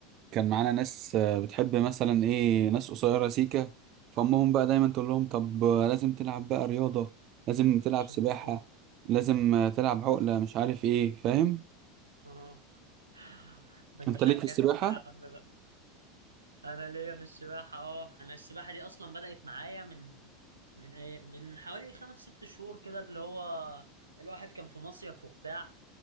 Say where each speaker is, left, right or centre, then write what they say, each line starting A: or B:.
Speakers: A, on the right; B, on the right.
A: كان معانا ناس آه، بتحب مثلا ايه ناس قصيرة سيكة فأمهم بقى دايما تقول لهم طب آه، لازم تلعب بقى رياضة لازم تلعب
B: عشان
A: سباحة
B: تطول
A: لازم آه، تلعب عقلة مش عارف ايه فاهم
B: اه <laughs> ما تجيش
A: انت ليك
B: على
A: في
B: الجرح
A: السباحة؟
B: بقى يا عم انا ليا في السباحه اه انا السباحه دي اصلا بدات معايا من من ايه من حوالي خمس ست شهور كده اللي هو الواحد كان في مصيف وبتاع